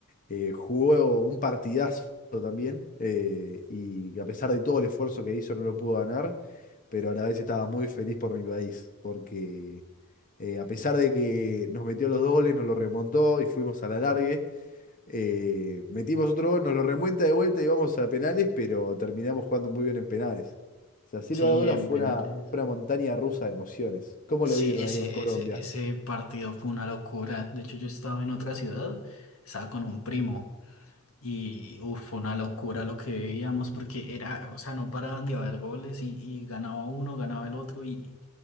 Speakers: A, on the left (about 40°); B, on the left (about 75°).
A: eh, jugó un partidazo también eh, y a pesar de todo el esfuerzo que hizo no lo pudo ganar, pero a la vez estaba muy feliz por mi país porque eh, a pesar de que nos metió los dobles, nos lo remontó y fuimos a la largue, Eh, metimos otro gol, nos lo remuenta de vuelta y vamos a penales, pero terminamos jugando muy bien en penales. O sea, sin
B: Sí,
A: lugar a dudas
B: en
A: fue
B: penales.
A: una, fue una montaña rusa de emociones. ¿Cómo
B: Sí,
A: lo vieron
B: ese,
A: ahí en Colombia?
B: ese, ese partido fue una locura. De hecho, yo estaba en otra ciudad, estaba con un primo y uf, fue una locura lo que veíamos porque era, o sea, no paraban de haber goles y, y ganaba uno, ganaba el otro y